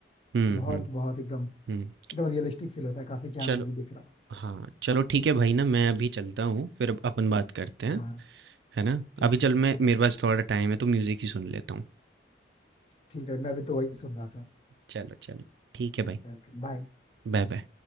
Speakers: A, on the right; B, on the left.
A: हुँ,
B: बहुत
A: हुँ,
B: बहुत एकदम
A: हुँ।
B: एकदम रियलिस्टिक फील होता है काफी क्या
A: चलो
B: मूवी देख रहा
A: हाँ, चलो ठीक है भाई ना मैं अभी चलता हूँ, फिर अब अपन बात करते हैं,
B: है हाँ
A: है ना?
B: ठीक
A: अभी चल
B: है ठीक
A: मैं
B: है
A: मेरे पास थोड़ा टाइम है तो म्यूज़िक ही सुन लेता हूँ।
B: ठीक है मैं भी तो वही सुन रहा था
A: चलो, चलो, ठीक है
B: ठीक
A: भाई,
B: है बाय
A: बाय-बाय।